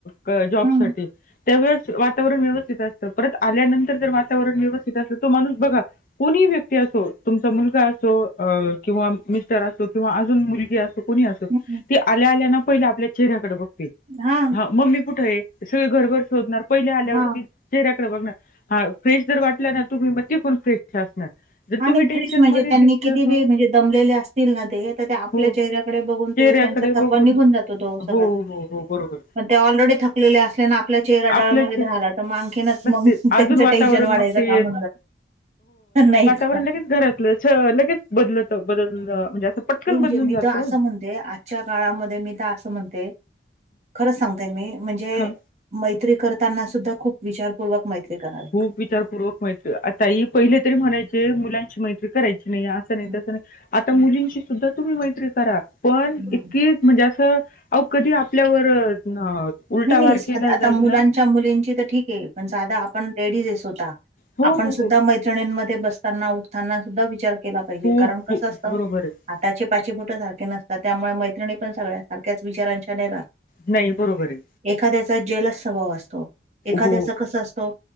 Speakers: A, on the left (about 45°); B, on the right (about 40°).
A: क जॉबसाठी.
B: हम्म
A: त्यावेळेस वातावरण व्यवस्थित असतं परत आल्यानंतर जर वातावरण व्यवस्थित असलं तो माणूस बघा कोणी व्यक्ती असो तुमचा मुलगा असो अ किंवा मिस्टर असो किंवा अजून मुलगी असो. कुणी अस
B: हम्म
A: ती आल्या आल्या ना पहिल आपल्या चेहऱ्याकडे बघते.
B: हा.
A: मम्मी कुठं आहे सगळ घरभर शोधणार पहिले आल्यावरती
B: हा
A: चेहऱ्याकड बघनार हा फ्रेश जर वाटला ना तुम्ही म पण फ्रेश असणार. जर
B: आणि
A: तुम्ही टेन्शन
B: फ्रेश म्हणजे
A: मध्ये
B: त्यांनी
A: दिसलं
B: किती
A: ह
B: बी म्हणजे दमलेले असतील ना ते तर त्या आपल्या
A: हो
B: चेहऱ्या कडे बघून
A: चेहऱ्याकडे
B: ते त्यांचा
A: बघून
B: थकवा निघून जातो तो सगळा.
A: हो हो हो बरोबर
B: मग त्या ऑलरेडी थकलेल असल्याने आपला चेहरा
A: आपल्याच
B: डळमळीत राहिला तर मग अनखीनच मग
A: ते
B: त्यांचं
A: अजून वातावरण
B: टेन्शन वाढायचं
A: मग ते
B: काम. <unintelligible> नाही ग.
A: पोर लगेच घरातलं च लगेच बदलतं बदल ब म्हणजे असं पटकन
B: मी म्हणजे
A: बदलून
B: मी
A: जातो
B: तर असं म्हणते आ च्या काळामध्ये मी तर असं म्हणते खरंच सांगते मी म्हणजे
A: हा
B: मैत्री करताना सुद्धा खूप विचारपूर्वक मैत्री कराल.
A: खूप विचारपूर्वक मैत्री आ ताई पहिले तरी म्हणायचे मुलांची मैत्री करायची नाही असं नाही
B: हं,
A: तसं नाही आता मुलींशी
B: हं,
A: सुद्धा तुम्ही मैत्री करा पण
B: हं.
A: इतकी म्हणजे असं अवो कधी आपल्यावर उलटा
B: नाही नाही
A: वार
B: साध
A: केला
B: आता
A: जाईल
B: मुलांच्या
A: ना
B: मुलींची तर ठीक आहे पण साध आपण लेडीज स्वतः
A: हो
B: आपणा
A: हो
B: सुद्धा
A: हो
B: मै -त्रीणीं मध्ये बसताना उठताना सुद्धा विचार केला पाहिजे
A: खूप
B: कारण कस
A: खूप
B: असतं
A: बरोबर
B: --
A: आहे
B: हाताची पाची बोटं सारखे नसतात त्यामुळे मैत्रिणी पण सगळ्या सारख्याच विचारांच्या नाही ना.
A: नाही बरोबरय.
B: एखाद्याचा जलस स्वभाव असतो एखाद्याचा
A: हो
B: कसं असतो